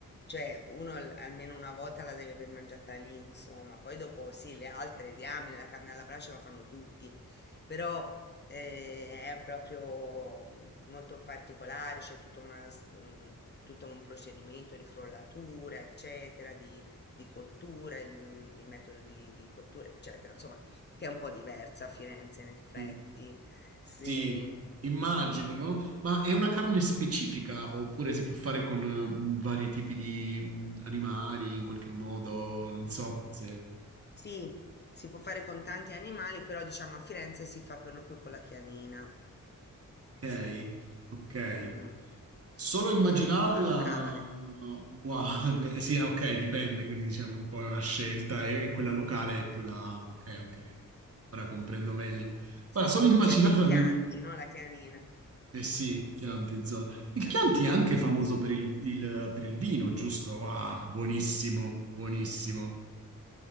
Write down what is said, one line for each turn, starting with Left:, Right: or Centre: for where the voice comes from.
Left: cioè uno al- almeno una volta la deve aver mangiata lì, insomma. Poi dopo sì, le altre, diamine, la carne alla brace la fanno tutti, però eh, è proprio mm, molto particolare, c'è tutta una s- un- tutto un procedimento di frollatura, eccetera, di cottura, il, mm, il metodo di, di cottura, eccetera, insomma, che è un po' diversa a Firenze, in effetti.
Right: Mm.
Left: Sì,
Right: Sì, immagino, no? Ma è una carne specifica oppure si può fare con eh, vari tipi di mm, animali in qualche modo? Non so se...
Left: sì, si può fare con tanti animali, però diciamo a Firenze si fa per lo più con la chianina,
Right: Ok,
Left: sì,
Right: ok.
Left: mm.
Right: Solo
Left: Quindi
Right: immaginarla,
Left: una muffa locale,
Right: wow, <laughs> beh, sì, ok, dipende, quindi diciamo un po' è una scelta e e quella locale è più la... Ok, ok, ora comprendo meglio.
Left: sì,
Right: Ora, solo immaginarla
Left: cioè del Chianti,
Right: mi...
Left: no? La chianina,
Right: Eh sì,
Left: sì.
Right: Chianti, zona. Il
Left: eh.
Right: Chianti è anche famoso per il, il- per il vino, giusto? Ah, buonissimo, buonissimo.
Left: <laughs>